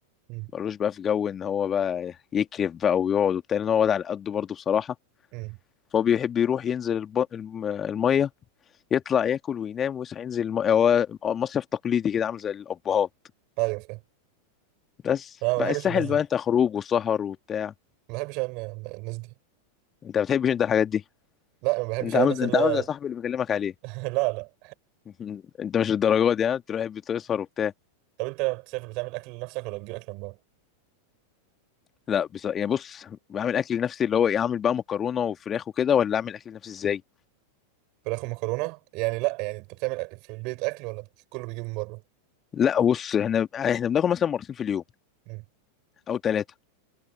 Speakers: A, on the right (about 45°); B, on the left (about 25°).
A: امم
B: ملوش بقى في جو ان هو بقى يكرف بقى ويقعد وبتاع ان هو واد على قده برضه بصراحه
A: امم
B: فهو بيحب يروح ينزل الب... الم- الميه يطلع ياكل وينام ويصحى ينزل الميه هو مصيف تقليدي كده عامل زي الابهات
A: ايوه فاهم
B: بس
A: أنا ما
B: بقى
A: بحبش
B: الساحل
A: الناس دي
B: بقى انت خروج وسهر وبتاع
A: ما بحبش انا الناس دي
B: انت ما بتحبش انت الحاجات دي
A: لا ما بحبش
B: انت
A: انا
B: عامل
A: الناس
B: انت
A: اللي
B: عامل
A: هي
B: زي صاحبي اللي بكلمك عليه
A: <laughs> لا لا
B: <laughs> انت مش الدرجات دي ها تروح بتسهر وبتاع
A: طب انت بتسافر بتعمل اكل لنفسك ولا بتجيب اكل من بره
B: لا بس يعني بص بعمل اكل لنفسي اللي هو ايه اعمل بقى مكرونه وفراخ وكده ولا اعمل اكل لنفسي ازاي
A: فراخ ومكرونه يعني لا يعني انت بتعمل أكل في البيت اكل ولا كله بيجيب من بره
B: لا بص احنا احنا بناكل مثلا مرتين في اليوم
A: مم.
B: او ثلاثه